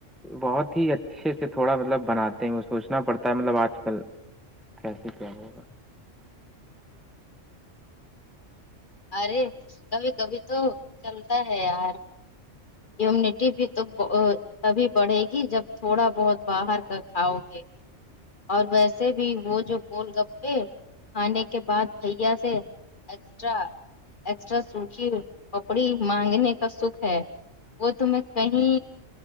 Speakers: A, in the centre; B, on the left (about 45°).
A: بہت ہی اچھے سے تھوڑا مطلب بناتے ہیں وہ سوچنا پڑتا ہے مطلب آج کل کیسے کیا ہوگا
B: ارے کبھی کبھی تو چلتا ہے یار منیٹی بھی تو تبھی بڑھے گی جب تھوڑا بہت باہر کر کھاؤ گے اور ویسے بھی وہ جو گول گپے کھانے کے بعد بھیا سے ایکسٹرا ایکسٹرا سوکھی پپڑی مانگنے کا سکھ ہے وہ تو میں کہیں